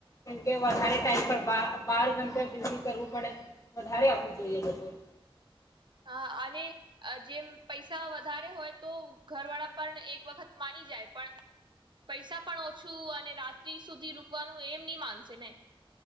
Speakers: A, on the left (about 35°); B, on the right (about 55°).
A: કેમકે વધારે ટાઈમ પર બા બાર ઘટા ડ્યુટી કરવું પડે વધારે આપવું જોઈએ લોકોએ
B: હ અને જેમ પૈસા વધારે હોય તો ઘરવાળા પણ એક વખત માની જાય પણ પૈસા પણ ઓ તુ અને રાત્રી સુધી રૂકવાનું એમ ની માનશે ને